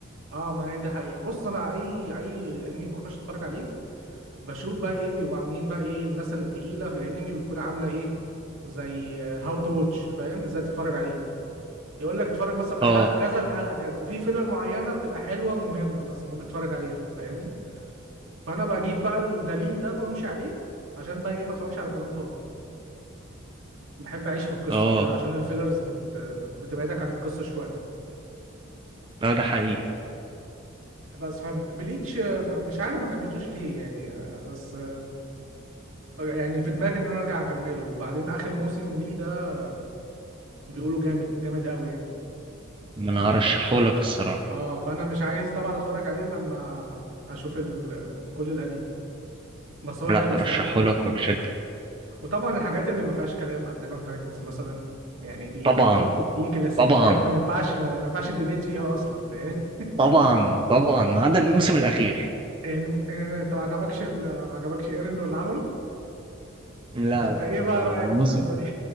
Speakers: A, on the right; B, on the right.
A: اه ما هي دي الحقيقه بص انا اي اي انمي بخش اتفرج عليه بشوف بقى ايه بيبقوا عاملين بقى ايه الناس التقيله في الانمي بتكون عامله ايه زي هاو تو واتش فاهم ازاي تتفرج عليه يقول لك اتفرج مثلا من
B: اه
A: حلقه كذا لحلقه كذا وفي فيلر معينه بتبقى حلوه ومهمه مثلا ممكن تتفرج عليها فاهمني فانا بجيب بقى الدليل ده وامشي عليه عشان بقى ايه ما اتفرجش على كلام فاضي بحب اعيش في القصه
B: اه
A: كده عشان الفيلرز بت... بتبعدك عن القصه شويه
B: لا ده حقيقي
A: بس فبليتش آه، مش عارف ما كملتوش ليه يعني آه، بس آه، يعني في دماغي ان انا ارجع اكمله وبعدين اخر موسم ليه ده بيقولوا جامد جامد قوي يعني
B: ما انا ارشحهولك الصراحه
A: اه فانا مش عايز طبعا اتفرج عليه إلا لما اشوف ال... كل القديم بس هو
B: لا
A: حلو الصراحه
B: ارشحهولك وبشده
A: وطبعا الحاجات اللي ما فيهاش كلام اتاك اون تايتنز مثلا يعني دي
B: طبعا
A: دي كلاسيكيات
B: طبعا
A: ما ينفعش ما ينفعش الديبيت فيها اصلا فاهم <laughs>
B: طبعا طبعا ما عدا الموسم الاخير
A: الم- آه، انت ما عجبكش ال- ما عجبكش ايرن واللي عمله
B: لا
A: انت
B: لا
A: ايه
B: ما-
A: بقى رايك
B: الموسم
A: في القصه دي